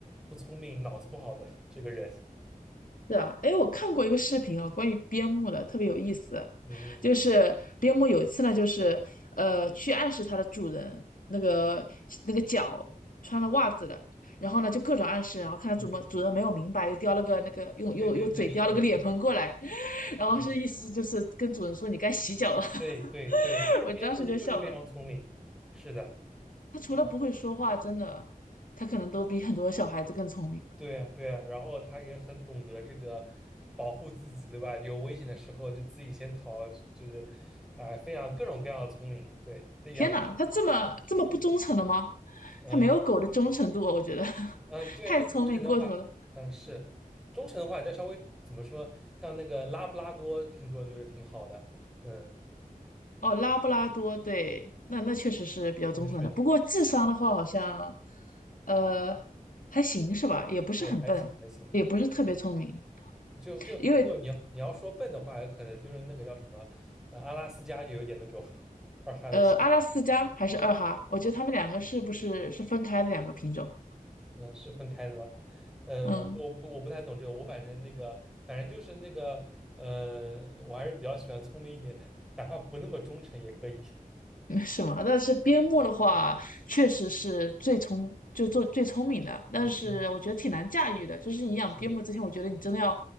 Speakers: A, in the centre; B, on the left.
A: 不聪明、脑子不好的这个人。
B: 是啊，哎，我看过一个视频哦，关于边牧的，特别有意思。
A: 嗯，嗯
B: 就是边牧有一次呢，就是呃，去暗示它的主人那个那个脚穿了袜子了，
A: 对，
B: 然后呢就各种暗示，然后看它主们主人没有明白，
A: 嗯，
B: 又叼了个那个用又又嘴叼了个脸盆过来，
A: 对对对，是的，是的，
B: <laughs> 然后是意思就是跟主人说你该洗脚了。
A: 嗯对对对，
B: <laughs>
A: 就是边牧，
B: 我当时就笑了，
A: 它就是非常聪明，是的，
B: 它除了不会说话，
A: 啊
B: 真的，它可能都比很多小孩子更聪明。
A: 对啊对啊，然后它也很懂得这个保护自己，对吧？有危险的时候就自己先逃，就是啊、非常各种各样的聪明。对，这养，
B: 天哪，它这么这么不忠诚的吗？
A: 嗯、
B: 它没有狗的忠诚度啊我觉得 <laughs>
A: 呃、对，
B: 太聪明过头了。
A: 那忠诚的话，嗯、是忠诚的话，再稍微怎么说，像那个拉布拉多，听说就是挺好的，嗯，
B: 哦，拉布拉多，对，那那确实是比较忠诚的。
A: 温顺，
B: 不过智商的话，好像呃还行是吧？也不是很笨，
A: 对，还行还行，
B: 也不是特别聪明。
A: 就就没有你要你要说笨的话，
B: 因为
A: 可能就是那个叫什么，呃，阿拉斯加就有点那种 <laughs> 二哈的气，
B: 呃，阿拉斯加还是二哈，我觉得它们两个是不是是分开的两个品种？
A: 嗯、是分开的吧？呃，
B: 嗯。
A: 我不我不我不太懂这个，我反正那个反正就是那个，呃，我还是比较喜欢聪明一点的，<laughs> 哪怕不那么忠诚也可以。
B: <laughs> 没什么，但是边牧的话，确实是最聪，就做最聪明的，但是我觉得挺难驾驭的。
A: 嗯嗯，
B: 就是你养边牧之前，
A: 是的，
B: 我觉得你真的要